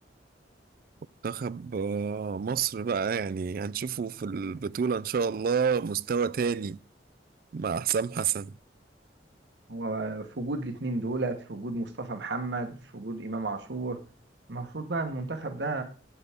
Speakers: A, on the right (about 55°); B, on the right (about 75°).
A: منتخب آه، مصر بقى يعني هنشوفه في البطولة إن شاء الله مستوى تاني مع حسام حسن
B: هو في وجود الاتنين دولت في وجود مصطفى محمد في وجود إمام عاشور المفروض بقى المنتخب ده